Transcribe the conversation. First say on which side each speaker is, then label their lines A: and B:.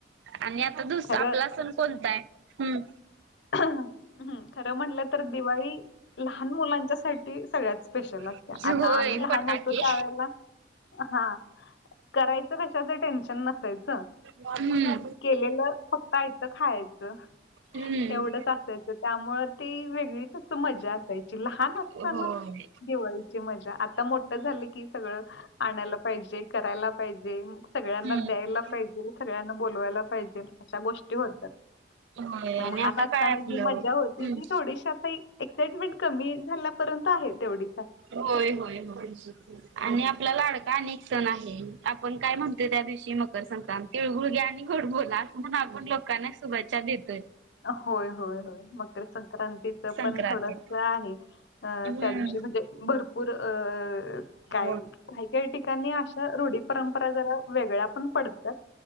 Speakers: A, on the right (about 75°); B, on the left (about 70°).
A: आणि आता दुस
B: खरं
A: आपला सन कोणताय हं
B: हम्म खरं म्हटलं तर दिवाळी लहान मुलांच्या सा टी सगळ्यात स्पेशल असतेया
A: हम्म
B: आत ता
A: होय
B: आम्ही लहान
A: फटाके.
B: होतो त्यावेळेला हा करायच कशाच टेन्श नसायच
A: हम्म.
B: केलेल फक्त आयत खायाच
A: हम्म
B: एव ढच असायच त्यामुळं ती वे गळीच अस मजा असायची लहान असताना
A: होय
B: दिवाळीची मजा आता मोठं झालं की सगळं आणायला पाहिजे. करायला पाहिजे. सगळ्यांना
A: हम्म
B: द्यायला पाहिजेल सगळ्यांना बोलवायला पाहिजेल अशा गोष्टी होतात.
A: होय
B: म
A: आणि
B: लहान
A: आता
B: असताना
A: काय आपलं
B: जी मजा होती
A: हम्म
B: ती थोडीशी आता एक्साइटमेंट कमी झाल्या र्यंत आहे तेवढी
A: होय होय हो. आणि आपला लाडका आणि एक सण आहे आपण काय म्हणतोय त्या दिवशी मकर संक्रांती तीळ गूळ घ्या आणि गोड बोला अस म्हणा आपण लोकांना शुभेच्छा देतोय.
B: होय होय होय. मकर संक्रांतीच
A: संक्रांतीत
B: पण थोडस आहे. अ
A: हम्म
B: त्या दिवशी म्हणजे भरपूर अ
A: <unintelligible>
B: काय काही-काही ठिकाणी अशा रूढी परंपरा जरा वेगळ्या पण पडतात.